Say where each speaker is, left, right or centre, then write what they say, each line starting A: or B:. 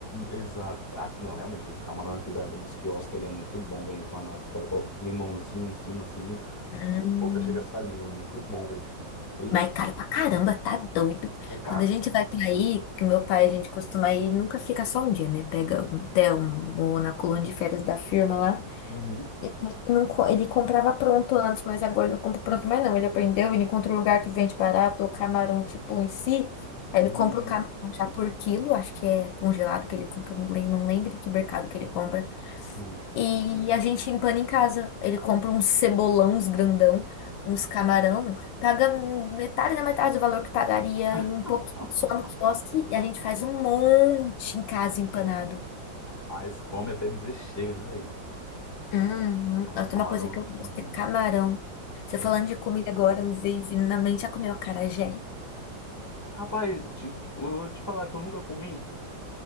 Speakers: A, on the left; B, on the left.
A: exato. Ah, não, realmente, os camarão aqui da, dos quiosques, ele é muito bom, velho, empanado. Os caras colocam um limãozinho em cima, assim, né?
B: Hum.
A: boca chega a saliva, é muito bom, velho. Aí,
B: Mas é caro pra caramba, tá doido.
A: é caro.
B: Quando a gente vai pra aí, que meu pai, a gente costuma ir, nunca fica só um dia, né? Pega um hotel, um- ou na colônia de férias da firma lá.
A: Uhum.
B: Ele, não co- ele comprava pronto antes, mas agora ele não compra pronto mais não. Ele aprendeu, ele encontrou um lugar que vende barato, o camarão tipo em si. Aí
A: Uhum.
B: ele compra o camarão já por quilo, acho que é congelado que ele compra, não lembro, não lembro que mercado que ele compra.
A: Isso.
B: E a gente empana em casa. Ele compra uns cebolão, uns grandão, uns camarão, paga metade da metade do valor que pagaria
A: <laughs>
B: e um pouquinho só no quiosque. E a gente faz um monte em casa empanado.
A: Mas come até dizer chega, né, velho?
B: Uhum.
A: Nossa,
B: Nossa,
A: camarão
B: tem uma coisa que eu gosto,
A: é muito
B: que
A: bom,
B: é camarão.
A: né?
B: Você
A: É.
B: falando de comida agora, me veio vindo na mente, já comeu acarajé?
A: Rapaz, te, eu vou te falar que eu nunca comi